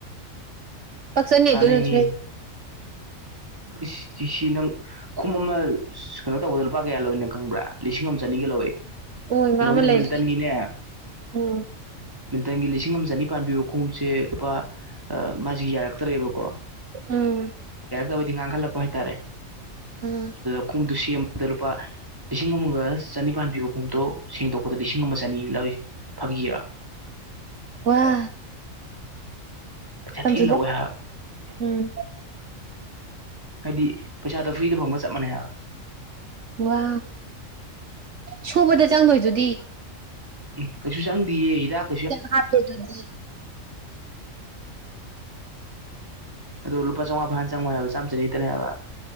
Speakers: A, on the right; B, on the right.
A: ꯄꯥꯛꯁꯟꯅꯤ
B: ꯀꯥꯟꯅꯩꯅꯤ
A: ꯑꯗꯨꯅꯁꯨ ꯍꯦꯜ
B: ꯏꯁ ꯇꯤꯁꯤ ꯅꯪ ꯈꯨꯝ ꯑꯃ ꯀꯩꯅꯣ ꯇꯧꯕꯗ ꯂꯨꯄꯥ ꯀꯌꯥ ꯂꯣꯏꯅ ꯈꯪꯕ꯭ꯔꯥ ꯂꯤꯁꯤꯡ ꯑꯃ ꯆꯅꯤꯒ ꯂꯧꯋꯦ
A: ꯑꯣ ꯏꯃꯥ
B: ꯀꯩꯅꯣꯒꯤꯗ
A: ꯑꯃ ꯂꯩꯔꯅꯤ
B: ꯃꯤꯜꯇꯟꯒꯤꯅꯦ
A: ꯎꯝ
B: ꯃꯤꯇꯜꯒꯤ ꯂꯤꯁꯤꯡ ꯑꯃ ꯆꯅꯤꯄꯥꯟ ꯄꯤꯕ ꯈꯣꯡꯎꯞꯁꯦ ꯂꯨꯄꯥ ꯃꯥꯁꯤ ꯌꯥꯔꯛꯇ꯭ꯔꯦꯕꯀꯣ
A: ꯎꯝ
B: ꯌꯥꯔꯛꯇꯕꯗꯤ ꯉꯥꯡꯈꯠꯂꯛꯄ ꯍꯥꯏꯇꯥꯔꯦ
A: <unintelligible>
B: ꯈꯨꯉꯨꯞꯇꯨ ꯁꯦꯝꯕꯗ ꯂꯨꯄꯥ ꯂꯤꯁꯤꯡ ꯑꯃꯒ ꯆꯅꯤꯄꯥꯟ ꯄꯤꯕꯒꯨꯝꯗꯣ ꯁꯦꯡꯗꯣꯛꯄꯗ ꯂꯤꯁꯤꯡ ꯑꯃ ꯆꯅꯤ ꯂꯣꯏ ꯐꯥꯒꯤꯔꯥ
A: ꯋꯥ
B: ꯄꯩꯁꯥ
A: ꯇꯝꯁꯤꯜꯂꯣ
B: ꯊꯤ ꯂꯧꯋꯦ ꯍꯥꯏ
A: ꯎꯝ
B: ꯍꯥꯏꯗꯤ ꯄꯩꯁꯥꯗꯣ ꯐ꯭ꯔꯤꯗ ꯐꯪꯕ ꯆꯞ ꯃꯥꯟꯩ ꯍꯥꯏꯕ
A: ꯋꯥ ꯁꯨꯕꯗ ꯆꯪꯗꯣꯏꯗꯨꯗꯤ
B: ꯎꯝ ꯀꯩꯁꯨ ꯆꯪꯗꯦꯌꯦ ꯏꯤꯗꯥꯛ
A: ꯍꯥꯐ ꯀꯦꯖꯗꯤ
B: ꯑꯗꯣ ꯂꯄꯥ ꯆꯝꯉꯥ ꯐꯥ ꯆꯪꯉꯣꯏ ꯍꯥꯏꯕ ꯆꯝ ꯆꯅꯤꯇꯅꯦ ꯍꯥꯏꯕ